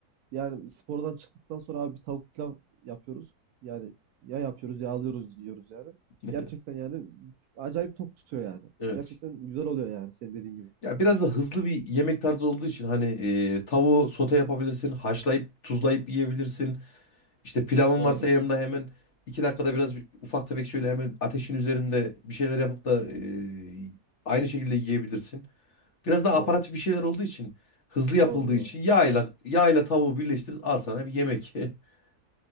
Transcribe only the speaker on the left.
<laughs>
Evet.
Ya biraz da hızlı bir yemek tarzı olduğu için hani e, tavuğu sote yapabilirsin, haşlayıp tuzlayıp yiyebilirsin. İşte pilavın
varsa yanında hemen iki dakikada biraz bir- ufak tefek şöyle hemen ateşin üzerinde bir şeyler yapıp da e, aynı şekilde yiyebilirsin. Biraz daha
aparatif bir şeyler olduğu için, hızlı yapıldığı
için yağla yağla tavuğu birleştir al sana bir yemek. <laughs>